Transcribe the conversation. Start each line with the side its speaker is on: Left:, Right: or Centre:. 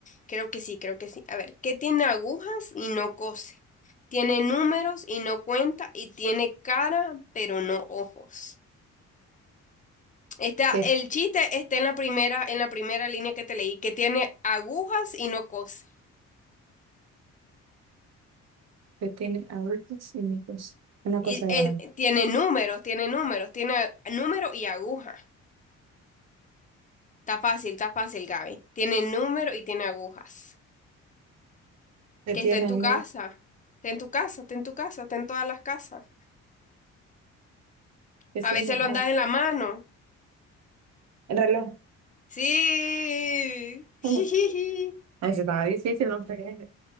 Left: Creo que sí, creo que sí. A ver, ¿qué tiene agujas y no cose? Tiene números y no cuenta y tiene cara, pero no ojos. Está,
Right: ¿Qué,
Left: el chiste está en la primera, en la primera línea que te leí, que tiene agujas y no cose.
Right: qué tiene adultos cínicos? Una
Left: Y
Right: cosadora.
Left: eh, tiene números, tiene números, tiene número y aguja. Está fácil, está fácil, Gaby. Tiene número y tiene agujas.
Right: ¿Qué
Left: que
Right: tiene
Left: está en tu
Right: el
Left: casa, está en tu casa, está en tu casa, está en todas las casas.
Right: ¿Qué
Left: A
Right: tiene
Left: veces
Right: el
Left: lo andas en la mano.
Right: el reloj?
Left: Sí.
Right: <laughs>
Left: <laughs>
Right: Ujú. Ah, Ese estaba difícil, no fregues.